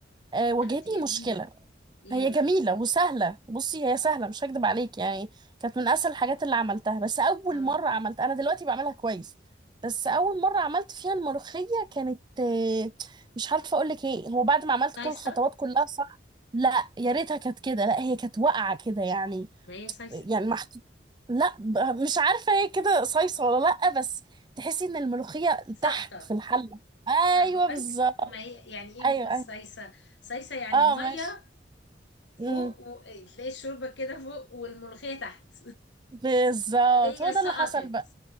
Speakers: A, on the right; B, on the left.
A: آه، واجهتني
B: لا دي جميله
A: مشكله
B: ايه
A: هي
B: بقى
A: جميله وسهله بصي هي سهله مش هكدب عليك يعني كانت من اسهل الحاجات اللي عملتها بس اول
B: آه.
A: مره عملتها انا دلوقتي بعملها كويس بس اول مره عملت فيها الملوخيه كانت آه، مش عارفه اقول لك ايه هو بعد ما عملت
B: سايسه
A: كل الخطوات كلها صح لا يا ريتها كانت كده لا هي كانت واقعه كده يعني
B: ما هي سايسه
A: يعني محطوط لا ب- مش عارفة هي كده صيصة ولا لأ بس تحسي ان الملوخية
B: سقطه
A: تحت في الحلة
B: ما
A: ايوه
B: بقول
A: بالظبط
B: ما هي يعني ايه بنقول
A: ايوه ايوه
B: صيصة صيصة يعني
A: اه
B: مية
A: ماشي
B: فوق
A: امم
B: وتلاقي الشوربة كده فوق والملوخية تحت
A: بالظبط
B: <laughs> ليا
A: هو
B: سقطت
A: ده اللي حصل بقى